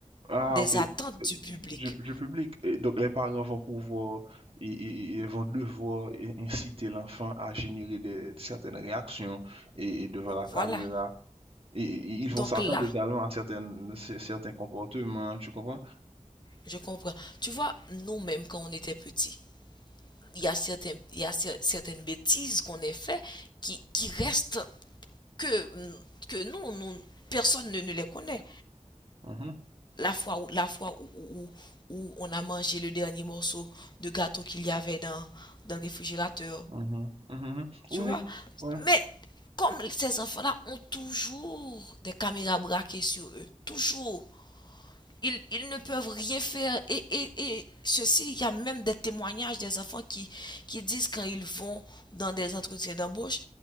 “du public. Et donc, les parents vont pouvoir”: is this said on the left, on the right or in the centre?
Right